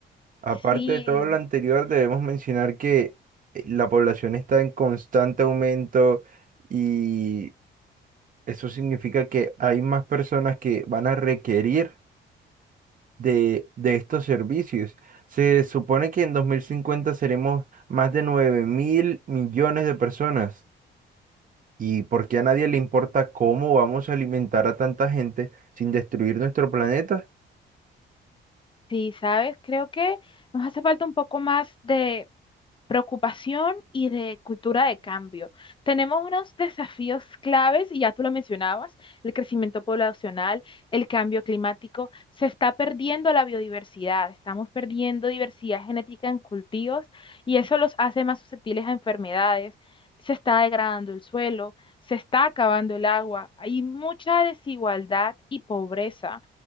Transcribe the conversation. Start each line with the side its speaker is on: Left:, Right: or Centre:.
Right: Aparte
Left: Sí,
Right: de todo lo anterior, debemos mencionar que eh, la población está en constante aumento y eso significa que hay más personas que van a requerir de, de estos servicios. Se supone que en 2050 seremos más de nueve mil millones de personas. ¿Y por qué a nadie le importa cómo vamos a alimentar a tanta gente sin destruir nuestro planeta?
Left: sí, ¿sabes? Creo que nos hace falta un poco más de preocupación y de cultura de cambio. Tenemos unos desafíos claves, y ya tú lo mencionabas, el crecimiento poblacional, el cambio climático, se está perdiendo la biodiversidad, estamos perdiendo diversidad genética en cultivos y eso los hace más susceptibles a enfermedades. Se está degradando el suelo, se está acabando el agua, hay mucha desigualdad y pobreza,